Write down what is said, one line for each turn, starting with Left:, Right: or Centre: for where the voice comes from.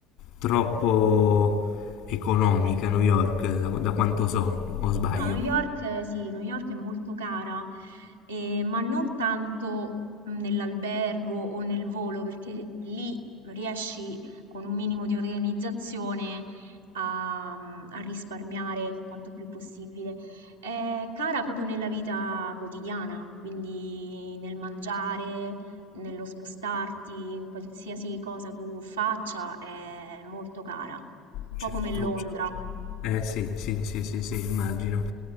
Left: troppo economica, New York, da da quanto so, o sbaglio.
Right: No, New York, eh, sì, New York è molto cara, eh, ma non tanto mh, nell'albergo o nel volo, perché lì riesci con un minimo di organizzazione a, a risparmiare quanto più possibile. È cara proprio nella vita quotidiana, quindi nel mangiare, nello spostarti, in qualsiasi cosa tu faccia, è molto cara, un
Left: Certo,
Right: po' come Londra.
Left: c- eh sì, sì, sì, sì, sì, immagino.